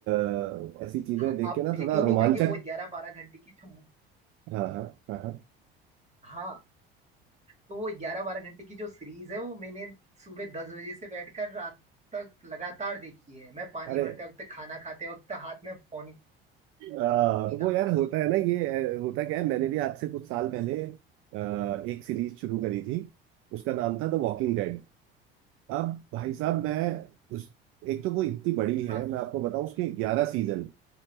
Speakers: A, on the right (about 45°); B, on the right (about 20°).
A: अ, ऐसी चीजें
B: हाँ,
A: देख
B: आप
A: के ना
B: यकीन
A: थोड़ा रोमांचक
B: नहीं करेंगे वो ग्यारह बारह घंटे की जो मू-
A: हाँ हाँ हाँ हाँ
B: हाँ तो वो ग्यारह बारह घंटे की जो सीरीज है वो मैंने सुबह दस बजे से बैठकर रात तक लगातार देखी है मैं पानी
A: अरे
B: भरते वक्त खाना खाते वक्त हाथ में फोन ही
A: अ,
B: नहीं
A: वो
B: था
A: यार होता है ना ये अ, होता क्या है मैंने भी आज से कुछ साल पहले अ, एक सीरीज शुरू करी थी उसका नाम था द वॉकिंग डेड अब भाई साहब मैं उस एक तो वो इतनी बड़ी है
B: हाँ
A: मैं आपको बताऊं उसके ग्यारह सीजन